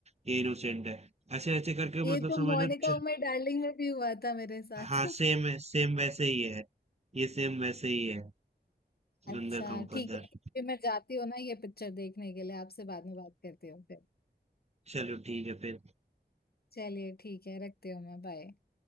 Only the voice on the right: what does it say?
ये इनोसेंट है ऐसे ऐसे करके
मतलब
समझ
लो च-
हाँ सेम है सेम वैसे ही है ये सेम वैसे ही है
गंदर का मुकद्दर
चलो ठीक है फिर